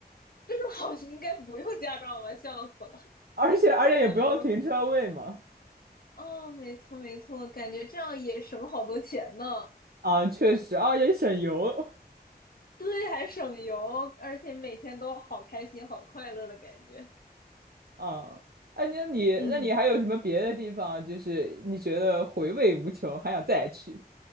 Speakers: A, on the left; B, on the right.
A: 这个好像应该不用驾照吧？笑死了。
B: <laughs> 而且而且也不用停车位嘛。
A: 嗯，哦，没错没错，感觉这样也省好多钱呢。
B: 啊，确实啊，也省油
A: 对，还省油，而且每天都好开心、好快乐的感觉。
B: 啊。哎，那你那你还有什么别的地方啊，
A: 嗯，
B: 就是你觉得回味无穷，还想再去？